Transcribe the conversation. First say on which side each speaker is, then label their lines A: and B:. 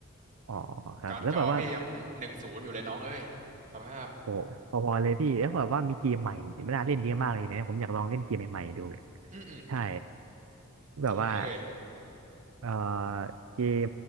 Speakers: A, on the right; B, on the right.
A: อ๋อครับแล้วแบบว่า
B: การ์ดจอพี่ยังหนึ่งศูนย์อยู่เลยน้องเอ้ยสภาพ
A: โอ้พอๆเลยพี่แล้วแบบว่ามีเกมใหม่ไม่น่าเล่นเยอะมากเลยนะผมอยากลองเล่นเกมใหม่ๆดู
B: อืมอืม
A: ใช่แบบว่า
B: เกมไหนเอ่ย
A: เอ่อเกม